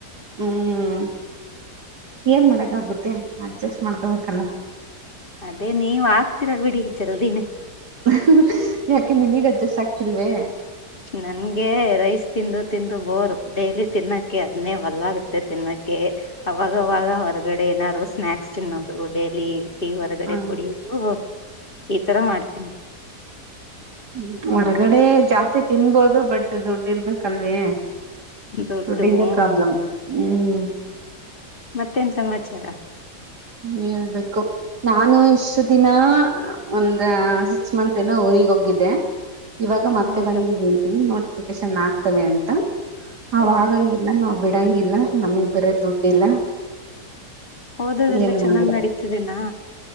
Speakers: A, on the right; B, on the left.
A: ಹ್ಮ್ ಏನ್ ಮಾಡಕ್ ಆಗುತ್ತೆ ಅಡ್ಜಸ್ಟ್ ಮಾಡ್ಕೊಬೇಕಲ್ಲ.
B: ಅದೇ ನೀವ್ ಆಗ್ತೀರ ಬಿಡಿ ಜಲ್ದಿನೇ
A: ಅಹ್ ಹ್ ಯಾಕೆ ನಿಮಿಗ್ ಅಡ್ಜಸ್ಟ್ ಆಗ್ತಿಲ್ವೆ.
B: ನನ್ಗೆ ರೈಸ್ ತಿಂದು ತಿಂದು ಬೋರು ಡೈಲಿ ತಿನ್ನೋಕ್ಕೆ ಅದನ್ನೇ ಹೊಲ್ಲ ಆಗುತ್ತೆ ತಿನ್ನಕ್ಕೆ ಅವಾಗವಾಗ ಹೊರಗಡೆ ಏನಾರು ಸ್ನಾಕ್ಸ್ ತಿನ್ನೋದು ಡೈಲಿ. ತಿ ಹೊರಗಡೆ
A: ಹ
B: ಕುಡಿಯಕ್ಕು ಹೋಗ್ ಈ ತರ ಮಾಡ್ತೀನಿ.
A: ಹ್ಮ್ ಹೊರಗಡೆ ಜಾಸ್ತಿ ತಿನ್ಬೋದು ಬಟ್ ದುಡ್ಡಿರ್ಬೇಕ್ ಕಲ್ವೇ
B: ದೊಡ್ಡು
A: ದುಡ್ಡಿಂದೆ
B: ಹ್ಮ್
A: ಪ್ರಾಬ್ಲಮ್ ಹ್ಮ್. <inaudible>
B: ಮತ್ತೇನ್ ಸಮಾಚಾರ
A: ಹ್ಮ್ಬೇಕು ನಾನು ಇಷ್ಟು ದಿನ ಒಂದ ಸಿಕ್ಸ್ ಮಂತ್ ಏನ ಊಗ್ ಹೋಗಿದ್ದೆ ಇವಾಗ ಮತ್ತೆ
B: ಹೌದಾ
A: ಬಂದಿದ್ದೀರಿ ನೋ ರೇಶನ್ ಆಗ್ತವೆ ಅಂತ ಹ
B: ಓ
A: ಆಗಂಗಿಲ್ಲ ನಾ ಬಿಡಂಗಿಲ್ಲ ನಮಗ್ ಬರ ದುಡ್ಡಿಲ್ಲ
B: ಓದೋದೆಲ್ಲ
A: ಏನ್
B: ಚೆನ್ನಾಗ್
A: ಮಾಡುದ
B: ನಡೀತಿದೆನಾ